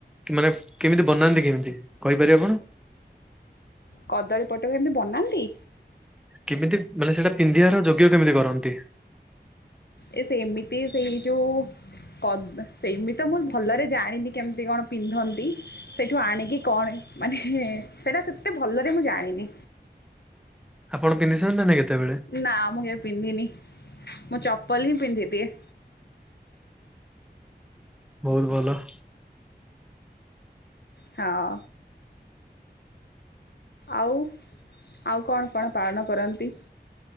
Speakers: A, in the centre; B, on the left.
A: କି ମାନେ କେମିତି ବନାନ୍ତି କେମିତି କହିପାରିବେ ଆପଣ?
B: କଦଳୀ ପଟୁଅ ଏମତି ବନାନ୍ତି?
A: କେମିତି ମାନେ ସେଇଟା ପିନ୍ଧିଆର ଯୋଗ୍ୟ କେମିତି କରନ୍ତି?
B: ଏ ସେମିତି ସେଇ ଯୋଉ କଦ ସେଇମିତି ତ ମୁଁ ଭଲରେ ଜାଣିନି କେମିତି କଣ ପିନ୍ଧନ୍ତି ସେଇଠୁ ଆଣିକି କଣ ମାନେ ହେ ସେଇଟା ସେତେ ଭଲରେ ମୁଁ ଜାଣିନି।
A: ଆପଣ ପିନ୍ଧିଛନ୍ତି ନାଇଁ କେତେବେଳେ?
B: ନା ମୁଁ କେବେ ପିନ୍ଧିନି ମୁଁ ଚପଲ ହିଁ ପିନ୍ଧି ଦିଏ।
A: ବହୁତ ଭଲ। <inaudible>
B: ହଁ। ଆଉ ଆଉ କଣ କଣ ପାଳନ କରନ୍ତି?